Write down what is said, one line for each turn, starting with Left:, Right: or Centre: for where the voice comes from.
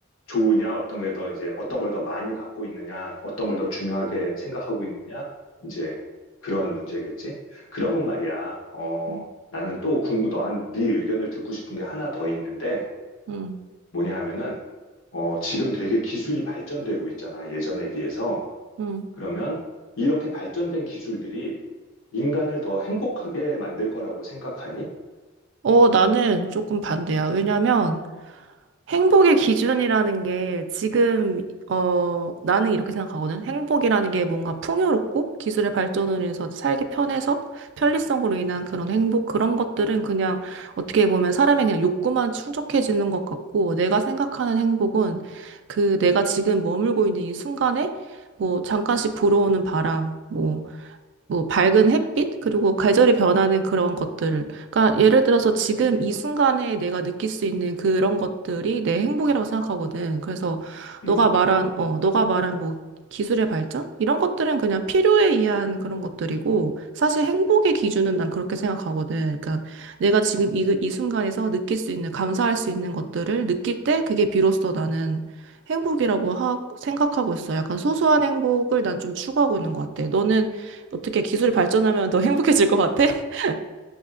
Left: 좋으냐, 어떤 게 더 이제, 어떤 걸 더 많이 갖고 있느냐, 어떤 걸 더 중요하게 생각하고 있느냐, 이제 그런 문제겠지. 그러면 말이야, 어,
Right: 응,
Left: 나는 또 궁금, 너한, 네 의견을 듣고 싶은 게 하나 더 있는데,
Right: 응.
Left: 뭐냐 하면은, 어, 지금 되게 기술이 발전되고 있잖아, 예전에 비해서.
Right: 응.
Left: 그러면 이렇게 발전된 기술들이 인간을 더 행복하게 만들 거라고 생각하니?
Right: 어, 나는 조금 반대야. 왜냐면 행복의 기준이라는 게 지금, 어, 나는 이렇게 생각하거든. 행복이라는 게 뭔가 풍요롭고 기술의 발전을 해서 살기 편해서 편리성으로 인한 그런 행복, 그런 것들은 그냥 어떻게 보면 사람의 그냥 욕구만 충족해지는 것 같고 내가 생각하는 행복은 그 내가 지금 머물고 있는 이 순간에 뭐 잠깐씩 불어오는 바람, 뭐 뭐 밝은 햇빛 그리고 계절이 변하는 그런 것들을 그러니까 예를 들어서 지금 이 순간에 내가 느낄 수 있는 그런 것들이 내 행복이라고 생각하거든. 그래서
Left: 음,
Right: 너가 말한 어 너가 말한 뭐 기술의 발전 이런 것들은 그냥 필요에 의한 그런 것들이고 사실 행복의 기준은 난 그렇게 생각하거든. 그러니까 내가 지금 이, 이 순간에서 느낄 수 있는 감사할 수 있는 것들을 느낄 때 그게 비로소 나는 행복이라고 하, 생각하고 있어. 약간 소소한 행복을 난 좀 추구하고 있는 것 같아. 너는 어떻게 기술이 발전하면 더 행복해질 것 같아? <laughs>